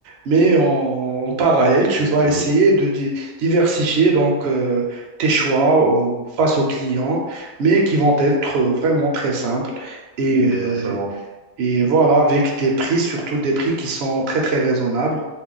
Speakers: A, on the right; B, on the right.
A: Mais en, en parallèle, tu
B: Juste,
A: vas
B: euh,
A: essayer de di- diversifier donc, euh, tes choix au- face aux clients, mais qui vont être vraiment très simples. Et
B: exactement.
A: euh, et voilà, avec des prix, surtout des prix qui sont très très raisonnables.